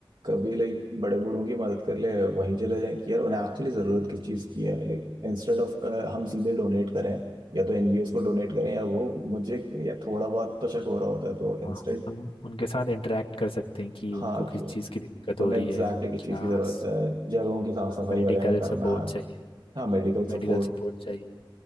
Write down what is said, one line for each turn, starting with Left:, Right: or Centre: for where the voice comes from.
Right: कभी लाइक बड़े बूढ़ों की मदद कर ले वहीं चले जाएं कि यार उन्हें एक्चुअली जरूरत किस चीज की है लाइक इंस्टेड ऑफ हम सीधे डोनेट करें या तो एनजीओ को डोनेट करें या वो मुझे या थोड़ा बहुत तो शक हो रहा होता है तो
Left: हाँ
Right: इंस्टेड
Left: हम उनके साथ इंटरेक्ट कर सकते हैं कि
Right: हाँ
Left: उनको किस
Right: कि
Left: चीज़ की दिक्कत हो
Right: उन्हें
Left: रही
Right: एग्जैक्टली
Left: है
Right: किस
Left: क्या
Right: चीज की जरूरत
Left: स-
Right: है जगहों की साफ
Left: हाँ,
Right: सफाई
Left: मेडिकल
Right: वगैरह करना
Left: सपोर्ट चाहिए
Right: हाँ मेडिकल
Left: मेडिकल
Right: सपोर्ट
Left: सपोर्ट चाहिए